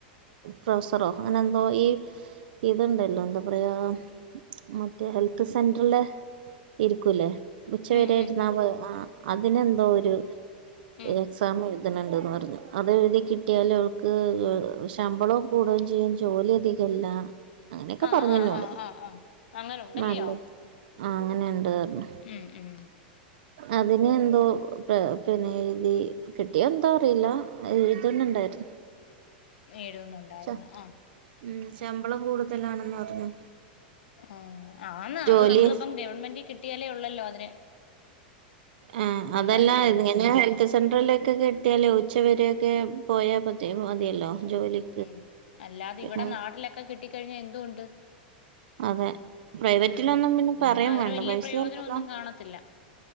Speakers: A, on the right; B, on the left.
A: പ്രൊഫസറോ അങ്ങനെ എന്തോ ഈ ഇതുണ്ടല്ലോ എന്താ പറയാ. മറ്റേ ഹെൽത്ത് സെന്ററിലെ. ഇരിക്കുലേ. ഉച്ചവരൊ
B: ഉം
A: ഇര്ന്നാവ
B: ഉം
A: ആ അതിനെന്തോ ഒരു
B: ഉം
A: എക്സാം എഴ എഴുതുണണ്ട് റഞ്ഞു അത് എഴുതി കിട്ടിയാലൽ അവക്ക് ഉം ഉം ശമ്പള്ളോം കൂടോ ചെയ്യും ജോലി അധികല്ല. അങ്ങനെയൊക്കെ
B: ആഹ്
A: പറഞ്ഞിന്നോട്
B: ആഹ് ആഹ് ആഹ് ആഹ് അങ്ങനെ ഉണ്ടല്ലയോ
A: നല്ലത് ആ അങ്ങനെണ്ട് റഞ്ഞ
B: ഉം ഉം
A: അതിന് എന്തോ പിന്നെ എഴുതി. കിട്ടിയാൽ എന്തോ അറിയില്ല എഴുതുന്നുണ്ടായിരുന്നു.
B: എഴുതുന്നുണ്ടായിരുന്നു
A: ച്ച
B: ആഹ്
A: ഉം. ശമ്പളം കൂടുതലാണെന്ന് പറഞ്ഞു.
B: ഉം ആന്ന്
A: ജോലി
B: അത് നമ്മളിപ്പം ഗവൺമെന്റ് കിട്ടിയാലേ ഒള്ളല്ലോ അതിന്.
A: ആഹ്
B: ഒരു
A: അതല്ല
B: നല്ലത്
A: എങ്ങനെ ഉള്ള സെൻട്രലിലേക്കെ കിട്ടിയാലേ ഉച്ച വരെക്കെ പോയാൽ മതിയല്ലോ ജോലിക്ക്
B: ഉം. അല്ലാതെ
A: പിന്നെ
B: ഇവിടെ നാട്ടിലെക്കെ കിട്ടിക്കഴിഞ്ഞാ എന്തൊ ഉണ്ട്.
A: അതെ പ്രൈവറ്റിലൊന്നും
B: ഉം
A: പിന്നെ പറയും
B: അതിന്
A: വേണ്ട
B: വലിയ
A: പൈസയല്ലല്ലോ
B: പ്രയോജനം ഒന്നും കാണത്തില്ല.